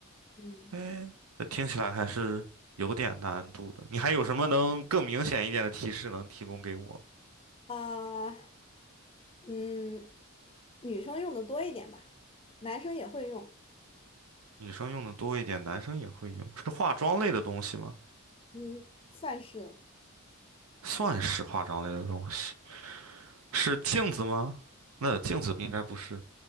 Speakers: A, on the left; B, on the right.
A: 嗯，
B: 哎，这听起来还是有点难度的。你还有什么能更明显一点的提示能提供给我？
A: 啊、嗯，女生用的多一点吧，男生也会用，
B: 女生用的多一点，男生也会用，是化妆类的东西吗？
A: 嗯，算是，
B: 算是化妆类的东西，是镜子吗？那镜子应该不是，